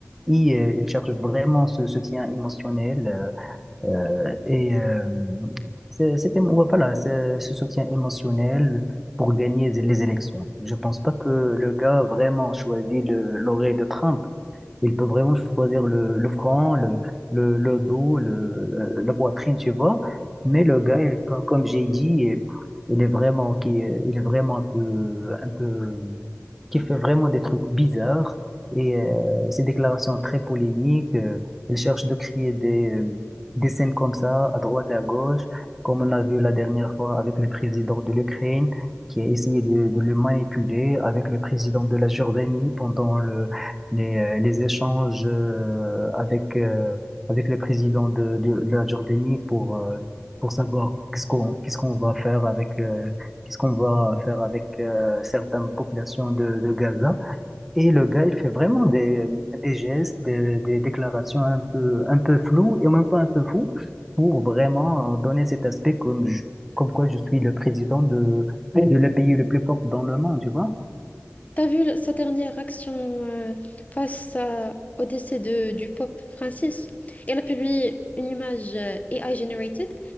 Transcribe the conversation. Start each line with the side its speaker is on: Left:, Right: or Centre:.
Centre: Et euh, il cherche vraiment ce soutien émotionnel. euh, euh, et euh, c'est- c'était, voilà, c'est ce soutien émotionnel pour gagner les élections. Je pense pas que le gars vraiment choisit le- l'oreille de Trump. Il peut vraiment choisir le, le front, le, le, le dos, le, euh, la poitrine, tu vois. Mais le gars, il- co- comme j'ai dit, il est vraiment, qui, il est vraiment un peu, un peu, qui fait vraiment des trucs bizarres. Et euh, ses déclarations très polémiques, euh, il cherche de créer des, euh, des scènes comme ça, à droite et à gauche, comme on a vu la dernière fois avec le président de l'Ukraine, qui a essayé de, de le manipuler, avec le président de la Jordanie pendant le les, euh, les échanges euh, avec, euh, avec le président de, de, de la Jordanie pour, euh, pour savoir qu'est-ce qu'on qu'est-ce qu'on va faire avec, euh, qu'est-ce qu'on va faire avec euh, certaines populations de, de Gaza. Et le gars, il fait vraiment des, des gestes, des, des déclarations un peu, un peu floues et en même temps un peu fous pour vraiment euh, donner cet aspect comme, je- comme quoi je suis le président de, de le pays le plus fort dans le monde, tu vois?
Left: T'as vu le- sa dernière action euh, face à- au décès de, du pape Francis? Elle a publié une image euh, AI generated